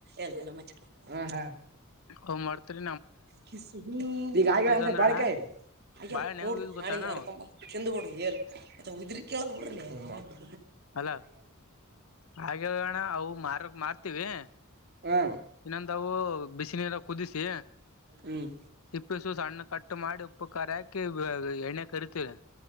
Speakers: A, on the right (about 50°); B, on the left (about 75°).
A: ಎಲ್ಲ ಮ <unintelligible>
B: ಹ್ ಮಾಡ್ತ <unintelligible>
A: ಕಿಸ ಹ್ಮ ಈಗ ಆ ಅಂದ್ರ
B: ಅಂದ್ರಣ್ಣ
A: ಬಾಳಿಕಾಯರಿ ಈಗ
B: ಬಾಳೆಹಣ್ಣ
A: ಹೋಗ
B: ಹೆಂಗ್ ಯೂಸ್ ಗೊತ್ತಣ್ಣ
A: ನಾಳೆ ಯರ್ಕೊಂಬ
B: ಅವು
A: ಚಂದ್ ಬಿಡು ಎಲ್ ಉದ್ರ <inaudible>
B: ಅಲ ಹಾಗಗಾಗಣ ಅವು ಮಾರಕ್ ಮಾರ್ತೀವಿ
A: ಹಾ
B: ಇನ್ನೊಂದಾವು ಬಿಸಿನೀರ ಕುದಿಸಿ
A: ಹ್ಮ್
B: ಸಿಪ್ಪ ಸು ಸಣ್ಣ ಕಟ್ಟು ಮಾಡಿ ಉಪಕಾರ ಹಾಕಿ ಎಣ್ಣೆ ಕರಿತೀವೆ